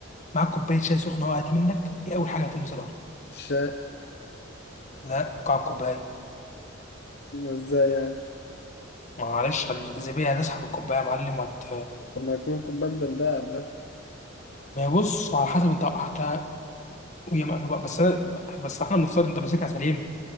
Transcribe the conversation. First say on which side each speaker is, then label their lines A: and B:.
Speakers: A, on the left; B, on the left.
A: معاك كوبايه شاي سخنه وقعت منك ايه اول حاجه هتلمس الارض
B: الشاي
A: لا قاع الكوبايه
B: ازاي يعني؟
A: ما معلش الجاذبية هتسحب الكوباية يا معلم وهت
B: طب ما يكون الكوباية ده قبلها
A: ما هي بص على حسب انت وقعتها وهي مقلوبة بس انا بس احنا بنفترض انت ماسكها سليم